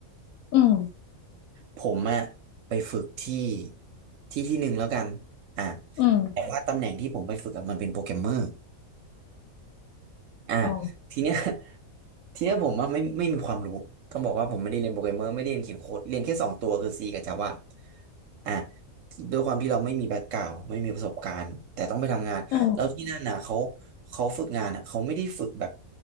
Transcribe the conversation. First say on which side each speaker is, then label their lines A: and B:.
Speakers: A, on the left (about 75°); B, on the right (about 65°).
A: อืม
B: ผมอะไปฝึกที่ที่ที่หนึ่งแล้วกันอ่า
A: อืม
B: แต่ว่าตำแหน่งที่ผมไปฝึกอะมันเป็นโปรแกรมเมอร์ อ่า
A: อ๋อ
B: ทีเนี้ย <laughs> ทีเนี้ยผมอะไม่ไม่มีความรู้ต้องบอกว่าผมไม่ได้เรียนโปรแกรมเมอร์ไม่ได้เรียนเขียนโค้ดเรียนแค่สองตัวคือ C กับ Java อ่าด้วยความที่เราไม่มีแบ็กกราวด์ไม่มีประสบการณ์แต่ต้องไปทำงานแล้วที่นั่นน่ะเขา
A: เออ
B: เขาฝึกงานอ่ะเขาไม่ได้ฝึกแบบ